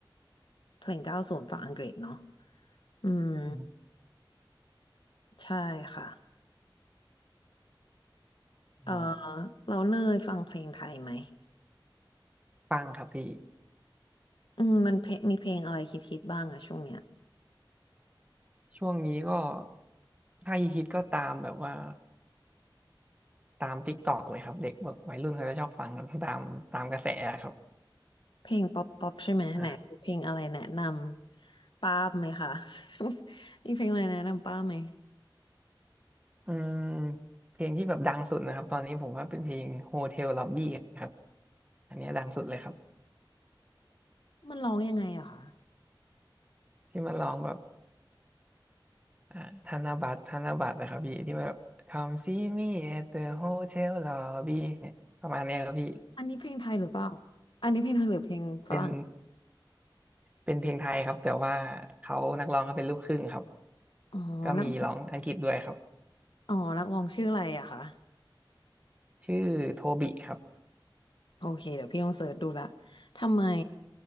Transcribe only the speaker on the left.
เพลงเก้าศูนย์ฝั่งอังกฤษเนาะ อืม
ใช่ค่ะเออ
เราเนยฟังเพลงไทยไหม
อืมมันเพลงมีเพลงอะไรคิดๆบ้างอะช่วงเนี้ย
เพลงป๊อปป๊อปใช่ไหมไหนมีเพลงอะไรแนะน
ำป้าบไหมคะ <laughs> มีเพลงอะไรแนะนำป้าบไหม
มันร้องยังไงอะคะ
อันนี้เพลงไทยหรือเปล่าอันนี้เพลงไทยหรือเพลงฝรั่ง
อ๋อนัก
อ๋อนักร้องชื่ออะไรอะคะ
โอเคเดี๋ยวพี่ต้องเสิร์ชดูละทำไม